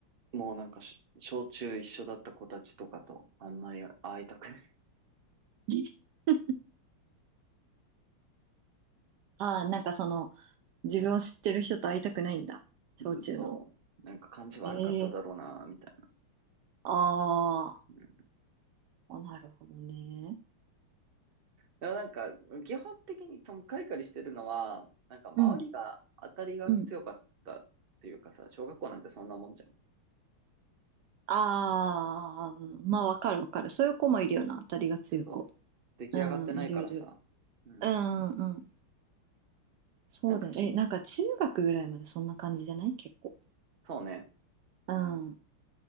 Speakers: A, on the right; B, on the right.
A: もうなんかし、小中一緒だった子たちとかと、あんまり会いたくない。
B: <laughs> ああ、なんかその、自分を知ってる人と会いたくないんだ。小中の。
A: うん、そう。なんか感じ悪かっただろうな、
B: ええ
A: みたいな。
B: あー
A: うん
B: あ、なるほどね。
A: でもなんか、基本的にそのカリカリしてるのは、なんか周りが当たりが強かったっていうかさ、
B: うん、うん。
A: 小学校なんてそんなもんじゃん。
B: ああ、まあわかるわかる。そういう子もいるよな。当たりが強い子。
A: ちょっと、出来上がってないからさ。
B: うん、いるいる。
A: うん。
B: うん、うん。そうだよ。
A: なんかき、
B: え、なんか中学ぐらいまでそんな感じじゃない結構。
A: そうね。
B: うん。うん。